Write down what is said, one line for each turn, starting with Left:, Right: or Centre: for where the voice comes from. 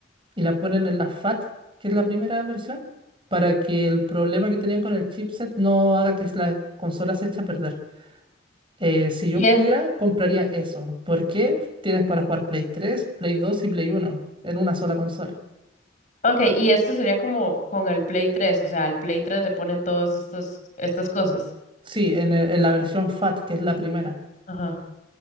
Right: y la ponen en la FAT, que es la primera versión, para que el problema que tenían con el chipset no haga que la consola se eche a perder. Eh, si
Left: Y
Right: yo pudiera,
Left: es,
Right: compraría eso. porque Tienes para jugar Play 3, Play 2 y Play 1 en una sola consola.
Left: Ok, y esto sería como con el Play 3, o sea, al Play 3 le ponen todas estas, estas cosas.
Right: Sí, en, el- en la versión FAT, que es la primera.
Left: Ajá.